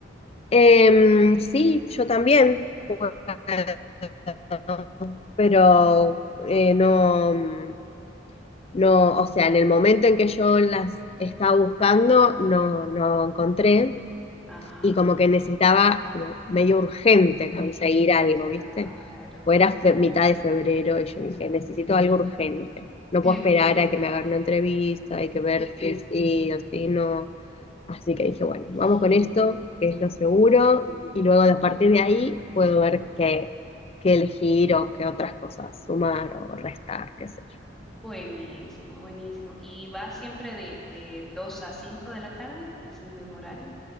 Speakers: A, on the left; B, in the centre.
A: Em, sí, yo también, puedo, <laughs> pero eh, no, mm, no, o sea, en el momento en que yo las estaba buscando, no, no encontré
B: ah,
A: y como que necesitaba como medio urgente conseguir algo,
B: claro,
A: ¿viste? Pues
B: claro.
A: era fe- mitad de febrero y yo dije, necesito algo urgente, no
B: <laughs>
A: puedo
B: Eh,
A: esperar
B: me imagi-
A: a que me hagan una entrevista, hay que ver si <laughs> sí o si no. Así
B: me
A: que dije, bueno,
B: imagino.
A: vamos con esto, que es lo seguro, y luego a partir de ahí puedo ver qué, qué elegir o qué otras cosas sumar
B: Ah,
A: o restar, qué sé yo.
B: buenísimo, buenísimo. ¿Y va siempre de, de 2 a 5 de la tarde? ¿Es el mismo horario?